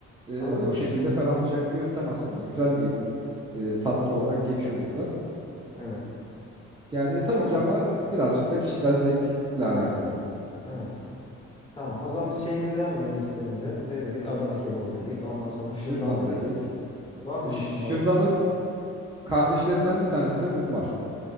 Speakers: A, on the right; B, on the left.
A: E,
B: Anladım.
A: o şekilde ferahlayacak bir yöntem aslında. Güzel bir e, tatlı olarak geçiyor burada.
B: Evet.
A: Yani tabii
B: Tamam.
A: ki ama birazcık da kişisel zevkle alakalı.
B: Evet. Tamam. O zaman biz şeyimize devam edelim listemize. Ne dedik? Adana kebabı dedik. Ondan sonra şırdan
A: Şırdan
B: dedik.
A: dedik.
B: Var mı
A: E, şırdanın
B: 3 numara?
A: kardeşlerinden bir tanesi de mumbar.